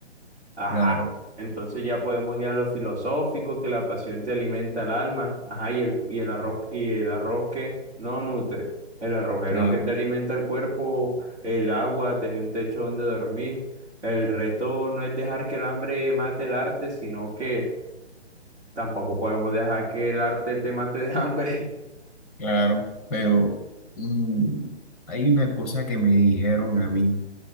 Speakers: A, on the right; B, in the centre.
A: Ajá.
B: Claro,
A: Entonces ya podemos ir a lo filosófico, que la pasión te alimenta el alma. Ajá, y el, y el arroz, y el arroz que no nutre. El arroz es
B: claro,
A: lo que te alimenta el cuerpo, el agua, tener un techo donde dormir. El reto no es dejar que el hambre mate el arte, sino que tampoco podemos dejar que el arte te mate de hambre. <laughs>
B: claro. Pero mm, hay una cosa que me dijeron a mí